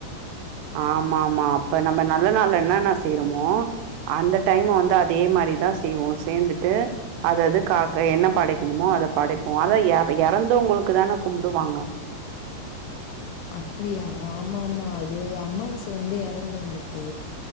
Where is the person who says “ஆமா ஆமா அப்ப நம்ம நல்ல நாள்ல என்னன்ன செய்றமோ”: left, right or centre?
Right